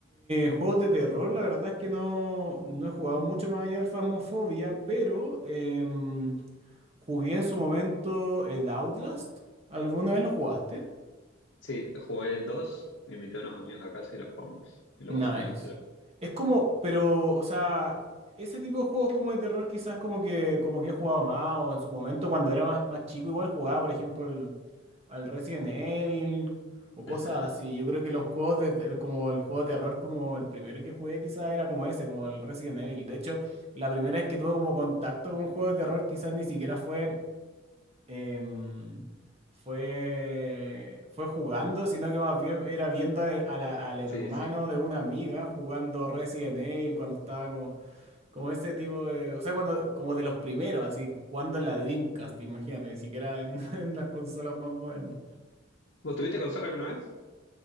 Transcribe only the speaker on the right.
juegos de terror, la verdad es que no, no he jugado mucho más allá del Phasmophobia, pero em, jugué en su momento el Outlast. ¿Alguna vez lo jugaste?
Nice.
Es como, pero, o sea, ese tipo de juegos como de terror quizás como que, como que he jugado más, o en su momento cuando era más, más chico igual jugaba, por ejemplo, el, al Resident Evil o cosas
así. Yo creo que los juegos de, de- como el juego de terror, como el primero que jugué quizás era como ese, como el Resident Evil. De hecho, la primera vez que tuve como contacto con un juego de terror quizás ni siquiera fue em, fue, fue jugando, sino que más bien era viendo a- a la- al hermano
de una amiga jugando Resident Evil cuando estaba como, como ese tipo de, o sea, cuando, como de los primeros, así, jugando en la Dreamcast, imagínate, ni siquiera en, <laughs> en las consolas más modernas.